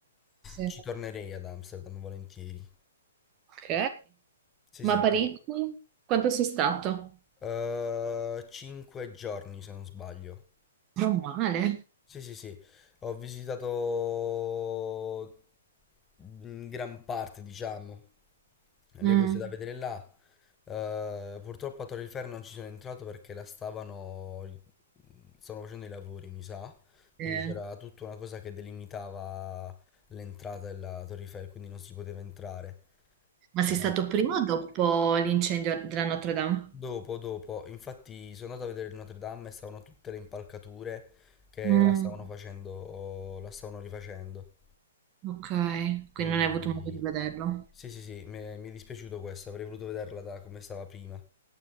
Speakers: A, on the right (about 30°); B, on the left (about 15°).
A: Sì.
B: Ci tornerei ad Amsterdam volentieri.
A: Ok.
B: Sì,
A: Ma
B: sì.
A: a Parigi quanto sei stato?
B: Eh, cinque giorni se non sbaglio.
A: Non male.
B: Sì, sì, sì, ho visitato in gran parte, diciamo, le
A: Mm.
B: cose da vedere là. Eh, purtroppo a Torre Eiffel non ci sono entrato perché la stavano, stavano facendo i lavori, mi sa,
A: Eh,
B: quindi c'era tutta una cosa che delimitava l'entrata della Torre Eiffel, quindi non si poteva entrare.
A: Ma sei
B: E
A: stato prima o dopo l'incendio della Notre Dame?
B: dopo, dopo, infatti sono andato a vedere il Notre Dame e stavano tutte le impalcature che
A: Mm.
B: la stavano facendo, la stavano rifacendo.
A: Ok, quindi
B: Quindi
A: non hai avuto modo di vederlo.
B: sì, sì, sì, mi è, mi è dispiaciuto questo, avrei voluto vederla da come stava prima.